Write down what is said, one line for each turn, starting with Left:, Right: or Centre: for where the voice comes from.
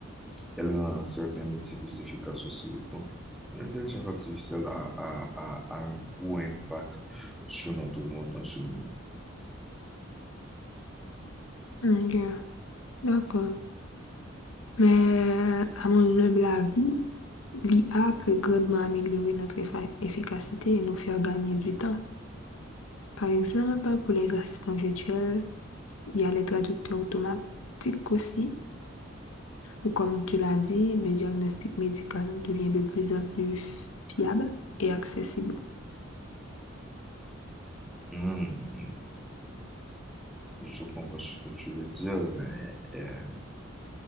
Centre: Elle rend certains métiers plus efficaces aussi. Donc, l'intelligence artificielle a, a, a, a un gros impact sur notre monde dans ce moment.
Left: Ok, D'accord. Mais à mon humble avis, l'IA peut grandement améliorer notre effa- efficacité et nous faire gagner du temps. Par exemple, pour les assistants virtuels, Il y a les traducteurs automatiques aussi. Ou comme tu l'as dit, le diagnostic médical devient de plus en plus fiable et accessible.
Centre: Hmm, je comprends ce que tu veux dire, mais euh,